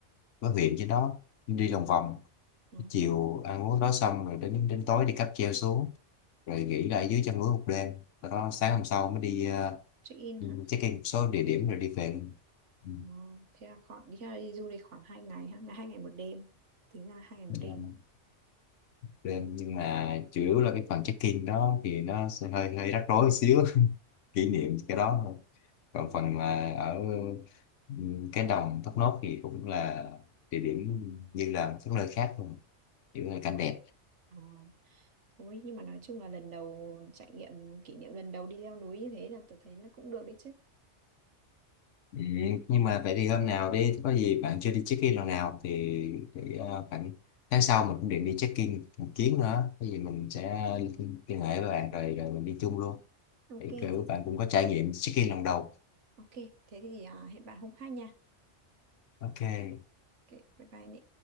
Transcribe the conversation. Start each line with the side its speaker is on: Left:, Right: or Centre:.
Left: của huyện trên đó đi lòng vòng
Right: ừ.
Left: Tới chiều ăn uống đó xong rồi đến đến tối đi cáp treo xuống rồi nghỉ lại dưới chân núi một đêm sau đó sáng hôm sau mới đi
Right: check in hả?
Left: uh, check in một số địa điểm rồi đi về Ừ,
Right: Ờ, Thế là khoảng đi, ra đi du lịch khoảng 2 ngày ha, là hai ngày một đêm. Tính ra là hai ngày một đêm.
Left: ờ, đêm nhưng mà chủ yếu là cái phần check in đó thì nó sẽ hơi hơi rắc rối một xíu <laughs> kỷ niệm cái đó thôi. còn
Right: Ừ.
Left: phần mà ở ừm, cái đồng Thốt Nốt thì cũng là địa điểm như là các nơi khác luôn kiểu là cảnh đẹp
Right: Ờ, Thôi nhưng mà nói chung là lần đầu trải nghiệm kỷ niệm lần đầu đi leo núi như thế là tôi thấy nó cũng được đấy chứ.
Left: Ừm, nhưng mà vậy thì hôm nào đi có gì bạn chưa đi check-in lần nào thì, thì ờ, khoảng tháng sau mình cũng định đi check-in một chuyến nữa có gì mình sẽ liên hệ với bạn rồi rồi mình đi chung luôn
Right: Ok
Left: thì kiểu
Right: thế
Left: bạn
Right: thì
Left: cũng có trải nghiệm check-in lần đầu
Right: ok thế thì à, hẹn bạn hôm khác nha.
Left: ok
Right: Ok bye bye Nị.